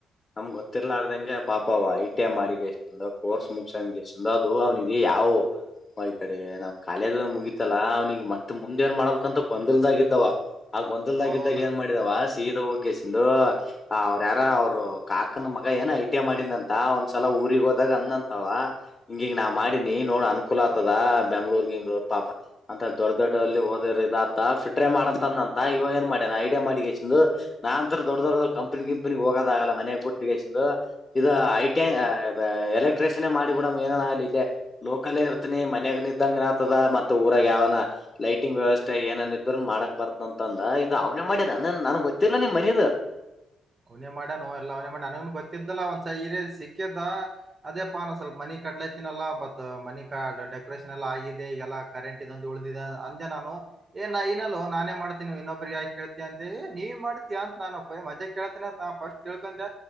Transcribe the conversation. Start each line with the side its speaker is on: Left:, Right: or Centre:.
Left: ನಮ್ಗ್ ಗೊತ್ತಿರ್ಲದಂಗೆ ಆ ಪಾಪ್ ಪ ಅವ ಐ ಟಿ ಐ ಮಾಡಿ ಎಷ್ಟಂದ ಕೋರ್ಸ್ ಮುಗಸಂದ ಎಷ್ಟಂದ ಅದು ಅವನಿಗೆ ಯಾವು. <unintelligible> ಈ ಕಡೆ ನಮ್ ಕಾಲೇಜ ಮುಗಿತ್ ಇತ್ತಲ್ಲಾ ಅವ್ನಿಗೆ ಮತ್ತೆ ಮುಂದೇನ್ ಮಾಡಬೇಕಂತ ಗೊಂದಲದಾಗಿದ್ದವ ಆ ಗೊಂದಲದಾಗಿದ್ದಾಗ
Right: ಹೌದೌದು
Left: ಏನ್ ಮಾಡಿದಾವ ಸೀದ್ ದಾ ಹೋಗ್ಯಸಂದು ಅವ್ರು ಯಾರ ಅವರು ಕಾಕನ ಮಗ ಏನೋ ಐ ಟಿ ಐ ಮಾಡಿದ್ನಂತ ಒಂದ್ಸಲ ಊರಿಗ್ ಗ್ ಹೋದಾಗ ಅಂದ್ನಂತವ ಹಿಂಗಿಂಗ್ ನಾವ್ ಮಾಡೀನಿ ನೋಡ್ ಅನ್ಕೂಲ ಆಗ್ತದ ಬೆಂಗ್ಳೂರ್ ಗಿಂಗ್ಳೂರ್ ಪಾಪ. ಅಂತ ದೊಡ್ಡ ದೊಡ್ಡಲ್ಲಿ ಓದಿರ್ ಆತ ಫಿಟ್ರೆ ಮಾಡಂತಂದಂತ ಇವ ಏನ್ ಮಾಡ್ಯನಾ ಐಡಿಯಾ ಮಾಡಿಗೆಸಿಂದು. ನಾನಂತ್ರ ದೊಡ್ಡ ದೊಡ್ಡ ಕಂಪನಿ ಗಿಂಪನಿ ಹೋಗೋದಾಗಲ್ಲ ಮನೆಯಾಗ್ ಬುಟ್ಟ್ಗೆಸಿಂದು ಇದು ಐ ಟಿ ಐ <unintelligible> ಏ ಎಲೆಕ್ಟ್ರಿಷನೇ ಮಾಡಿಬಿಡಮ್ ಏನಾನ ಆಗ್ಲಿ ಇದೆ ಲೋಕಲ್ಲೇ ಇರ್ತಿನಿ ಮನ್ಯಾಗ್ ನಿದ್ದಂಗನಾತದ ಮತ್ತ ಯಾವನ ಲೈಟಿಂಗ್ ವ್ಯವಸ್ಥೆ ಏನನ್ ಇದ್ರು ಮಾಡಕ್ ಬರ್ತನ ಅಂತಂದ ಇದು ಅವನೇ ಮಾಡನ ನನಗ್ ಗೊತ್ತಿಲ್ ಲ್ಲ ನಿಮ್ ಮನಿದ
Right: <inaudible> ಅವನೇ ಮಾಡನು ಎಲ್ಲ ಅವ್ನೇ ಮಾಡಣ ನನನ್ ಗೊತ್ತಿದ್ದಲ್ಲ ಒಂದ್ಸ ಸಿಕ್ಕಿದ್ದ ಅದೇ ಪಾನ ಸ್ವಲ್ಪ ಮನಿ. ಕಟ್ಲತಿನಲ್ಲಾ ಬತ್ ಮನಿ ಕ ಡೆಕೋರೇಷನ್ ಎಲ್ಲಾ ಆಗಿದೆ ಈಗಲ್ಲ ಕರೆಂಟ್ ಇದಂದು ಉಳಿದಿದೆ ಅಂದೆ ನಾನು. ಏ ನಾ ಇನಲ್ಲೋ ನಾನೇ ಮಾಡ್ತೀನ ಇನ್ನೊಬ್ರಿಗೆ ಯಾಕ ಕೇಳ್ತಿಯಾ ಅಂತೇಳಿ ನೀವ್ ಮಾಡ್ತೀಯ ಅಂತ ನಾನ್ ಅಪ್ಪಯ್ಯ ಮಧ್ಯಕ್ ಕೇಳ್ತಿನ ಫಸ್ಟ್ ತಿಳ್ಕೊಂಡೆ